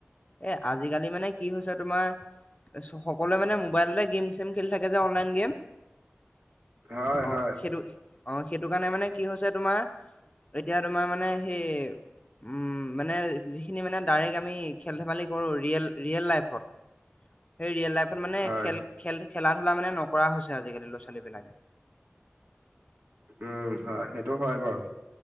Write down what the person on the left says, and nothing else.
এ, আজিকালি মানে কি হৈছে তোমাৰ সকলোৱে মানে মোবাইলতে গেম চেম খেলি থাকে যে অনলাইন গেম।
অ',
সেইটো অ', সেইটো কাৰণে মানে কি হৈছে তোমাৰ এতিয়া তোমাৰ মানে সেই উম, মানে যিখিনি মানে ডাইৰেক্ট আমি খেল-ধেমালি কৰোঁ ৰিয়েল, ৰিয়েল লাইফত। সেই ৰিয়েল লাইফত মানে
খেল, খেল খেলা ধ লা মানে নকৰা হৈছে আজিকালি ল'ৰা ছোৱালী বিলাকে।